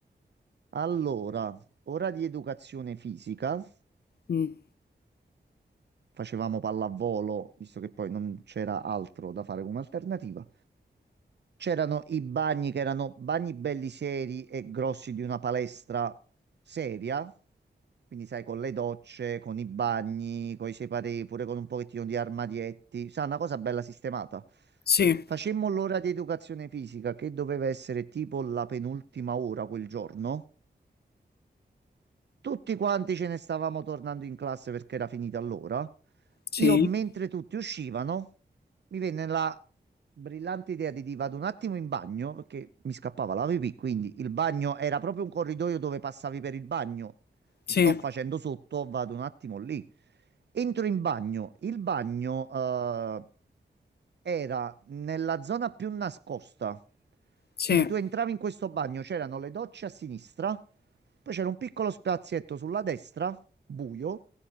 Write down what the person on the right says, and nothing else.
Allora, ora di educazione fisica.
facevamo pallavolo, visto che poi non c'era altro da fare come alternativa. C'erano i bagni che erano bagni belli seri e grossi di una palestra seria, quindi sai, con le docce, con i bagni, con i separé, pure con un pochettino di armadietti, sai, una cosa bella sistemata.
Facemmo l'ora di educazione fisica che doveva essere tipo la penultima ora quel giorno. Tutti quanti ce ne stavamo tornando in classe perché era finita l'ora.
Io, mentre tutti uscivano, mi venne la brillante idea di dire vado un attimo in bagno perché mi scappava la pipì, quindi il bagno era proprio un corridoio dove passavi per il bagno.
Mi sto facendo sotto, vado un attimo lì. Entro in bagno. Il bagno, eh, era nella zona più nascosta.
Quindi tu entravi in questo bagno, c'erano le docce a sinistra, poi c'era un piccolo spazietto sulla destra, buio,